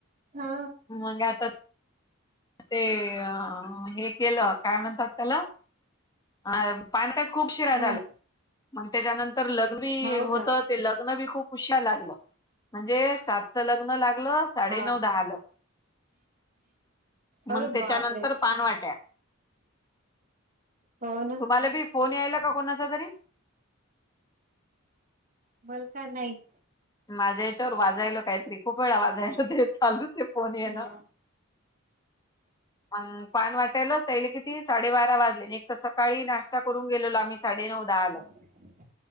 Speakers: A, on the right; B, on the left.
A: हा
B: मग आता ते अ हे केलं काय म्हणतात त्याला अ पानकाच खूप शिरा
A: हा
B: झाला मग त्याच्यानंतर लग्वी
A: हो
B: होत.
A: का
B: ते लग्न बी खूप हुशार लागलं म्हणजे सातचं लग्न लागलं. साडेनऊ
A: हा.
B: दहाला
A: अरे
B: मग त्याच्यानंतर
A: बापरे
B: पानवाट्या
A: हो ना.
B: तुम्हाला बी फोन यायला का कोणाचा तरी
A: मलका नाईक
B: माझ्या याच्यावर वाजायला काहीतरी खूप वेळा वाजायला ते चालूच आहे फोन येनं.
A: हा.
B: अम पान वाटायलाच त्याला किती साडेबारा वाजले एक तर सकाळी नाश्ता करून गेलो आम्ही साडे नऊ दहाला
A: ह